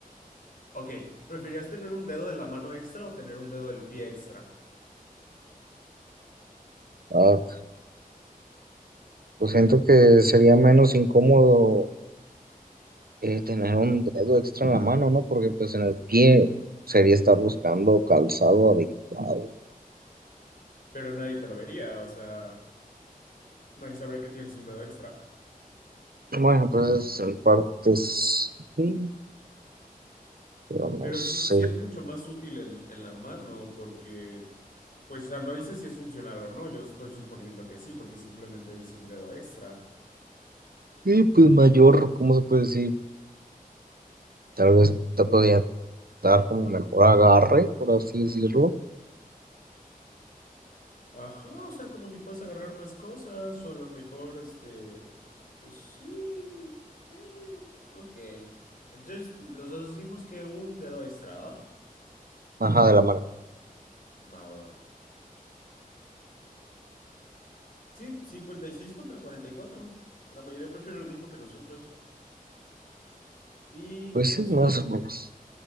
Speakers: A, on the left; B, on the right.
A: Ok, ¿preferirías tener un dedo de la mano extra o tener un dedo del pie extra?
B: ah, pues siento que sería menos incómodo eh, tener un dedo extra en la mano, ¿no? Porque pues en el pie sería estar buscando calzado adecuado.
A: Pero nadie te lo vería, o sea, nadie sabría que tienes un dedo extra.
B: Bueno, pues en partes sí, pero no
A: Pero
B: sé.
A: sí, sí es mucho más útil en, en la mano porque, pues, o sea, no dice si es funcional o no, yo estoy suponiendo que sí, porque simplemente dice un dedo extra.
B: Y pues mayor, ¿cómo se puede decir? Tal vez te podría dar como mejor agarre, por así decirlo.
A: Ajá, o sea, como que puedes agarrar más cosas o a lo mejor, este, pues sí, eh, ok. Entonces, los dos decimos que un dedo extra, ¿va?
B: Ajá, de la mano.
A: Va, va, va. Sí, 56 contra 44. La mayoría prefiere lo mismo que nosotros. Y
B: Pues
A: este,
B: sí, más o menos.